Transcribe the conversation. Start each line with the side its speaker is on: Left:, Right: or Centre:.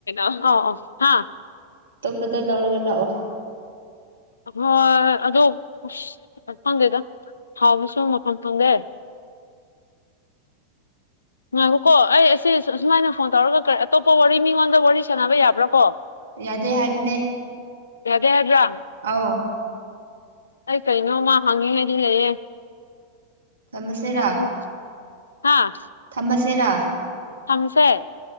Left: ꯑꯣ ꯑꯣ ꯍꯥ
Right: ꯑꯇꯣꯞꯄꯗ ꯂꯧꯔꯒ ꯂꯥꯛꯑꯣ
Left: ꯍꯥ ꯍꯣꯏ ꯑꯗꯣ ꯑꯁ ꯈꯪꯗꯦꯗ ꯍꯥꯎꯕꯁꯨ ꯃꯐꯝ ꯈꯪꯗꯦ꯫ ꯉꯥꯏꯈꯣꯀꯣ ꯑꯩ ꯑꯁꯤ ꯑꯁꯨꯃꯥꯏꯅ ꯐꯣꯟ ꯇꯧꯔꯒ ꯑꯇꯣꯞꯄ ꯋꯥꯔꯤ ꯃꯤꯉꯣꯟꯗ ꯋꯥꯔꯤ ꯁꯥꯟꯅꯕ ꯌꯥꯕ꯭ꯔꯥꯀꯣ
Right: ꯌꯥꯗꯦ ꯍꯥꯏꯕꯅꯦ
Left: ꯌꯥꯗꯦ ꯍꯥꯏꯕ꯭ꯔꯣ
Right: ꯑꯧ
Left: ꯑꯩ ꯀꯩꯅꯣꯝꯃꯥ ꯍꯪꯅꯤꯡꯉꯥꯏꯗꯤ ꯂꯩꯌꯦ꯫
Right: ꯊꯝꯃꯁꯤꯔꯥ
Left: ꯎꯝ ꯍꯥꯥ
Right: ꯆꯁꯤꯔꯥ
Left: ꯊꯝꯁꯦ